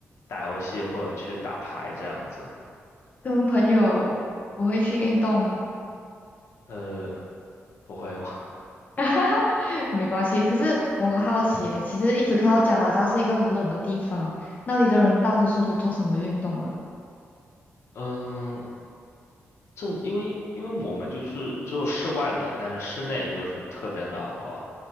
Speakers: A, on the left (about 80°); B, on the left (about 35°).
A: 打游戏或者去打牌这样子。
B: 跟朋友不会去运动吗？
A: 呃，不会哦，
B: <laughs> 没关系，可是我很好奇诶，其实一直看到加拿大是一个很冷的地方，那里的人大多数都做什么运动了？
A: <laughs> 嗯，这因为因为我们就是只有室外冷，但是室内就是特别暖和。